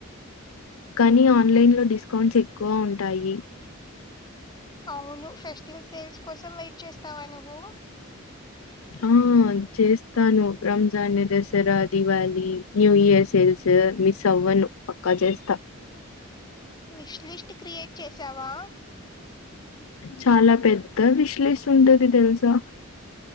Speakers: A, on the left; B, on the left.
A: కానీ ఆన్లైన్ లో డిస్కౌంట్స్ ఎక్కువ ఉంటాయి
B: అవును ఫెస్టివల్ సేల్స్ కోసం వెయిట్ చేస్తావా నువ్వు
A: ఆ చేస్తాను Ramzan Dasara Diwali new year sales మీ సవ్వను పక్క చేస్తా
B: విష్ లిస్ట్ క్రియేట్ చేసావా
A: చాలా పెద్ద విశ్లేష ఉంటది తెలుసా